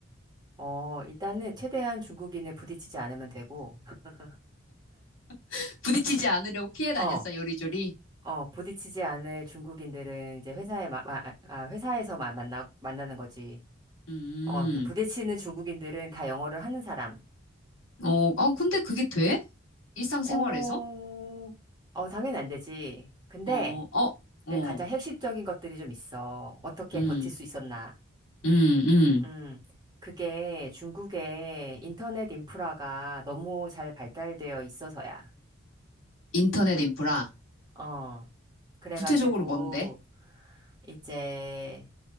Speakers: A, on the right; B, on the left.
A: 어, 일단은 최대한 중국인을 부딪히지 않으면 되고, <laughs>
B: <laughs> 부딪히지 않으려고 피해 다녔어,
A: 어,
B: 요리조리?
A: 어, 부딪히지 않을 중국인들은 이제 회사에, 마, 마- 아, 회사에서 만 만나, 만나는 거지.
B: 음,
A: 어, 그 부딪히는 중국인들은 다 영어를 하는 사람.
B: 어, 어, 근데 그게 돼? 일상생활에서?
A: 어, 어, 당연히 안 되지. 근데
B: 어, 어, 어,
A: 그 가장 핵심적인 것들이 좀 있어. 어떻게
B: 음,
A: 버틸 수 있었나.
B: 음, 음.
A: 음, 그게 중국의 인터넷 인프라가 너무 잘 발달되어 있어서야.
B: 인터넷 인프라.
A: 어, 그래가지고,
B: 구체적으로 뭔데?
A: 이제